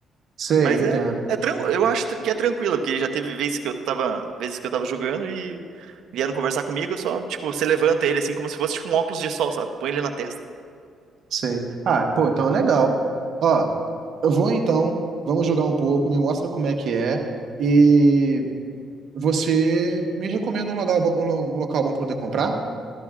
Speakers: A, on the right; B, on the right.
A: Sei,
B: Mas
A: entendo.
B: é, é tran- eu acho que é tranquilo, porque já teve vezes que eu tava, vezes que eu tava jogando e vieram conversar comigo, eu só, tipo, você levanta ele, assim, como se fosse, tipo, um óculos de sol, sabe? Põe ele na testa.
A: Sei. Ah, pô, então é legal. Ó, eu vou então, vamos jogar um pouco, me mostra como é que é e você me recomenda um local, bo- um lo- um local bom para poder comprar?